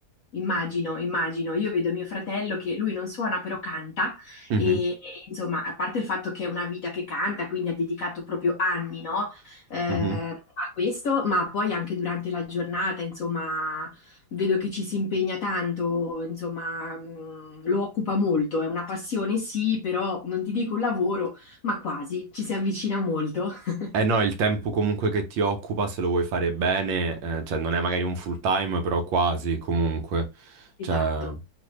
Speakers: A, on the left (about 70°); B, on the right (about 75°).
A: Immagino, immagino. Io vedo mio fratello che lui non suona però canta
B: mhm,
A: e e, insomma, a parte il fatto che è una vita che canta, quindi ha dedicato proprio anni, no, eh,
B: mhm.
A: a questo, ma poi anche durante la giornata, insomma, vedo che ci si impegna tanto, insomma, mh, lo occupa molto. È una passione, sì, però non ti dico un lavoro, ma quasi, ci si avvicina molto. <laughs>
B: Eh no, il tempo comunque che ti occupa, se lo vuoi fare bene, eh, cioè non è magari un full time, però quasi comunque.
A: Esatto.
B: Cioè,